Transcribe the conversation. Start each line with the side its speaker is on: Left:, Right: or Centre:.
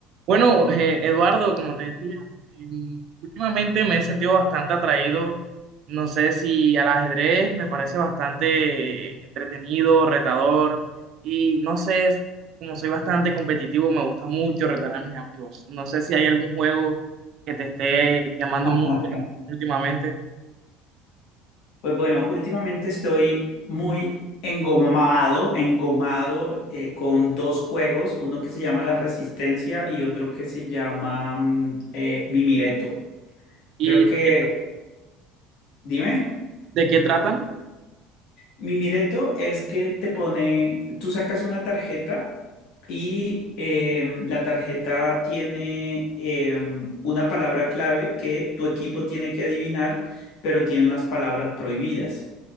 Right: Bueno, eh, Eduardo, como te decía, em, últimamente me he sentido bastante atraído, no sé si al ajedrez, me parece bastante eh, entretenido, retador, y no sé, es- como soy bastante competitivo, me gusta mucho retar a mis amigos. No sé si hay algún juego que te esté llamando
Left: Ajá.
Right: mucho últimamente.
Left: Pues bueno, últimamente estoy muy engomado, engomado eh, con dos juegos, uno que se llama La Resistencia y otro que se llama mm, eh, Mimireto.
Right: ¿Y
Left: Creo que,
Right: de qué,
Left: dime,
Right: de qué tratan?
Left: Mimireto es que te pone, tú sacas una tarjeta y em, la tarjeta tiene em, una palabra clave que tu equipo tiene que adivinar, pero tiene unas palabras prohibidas.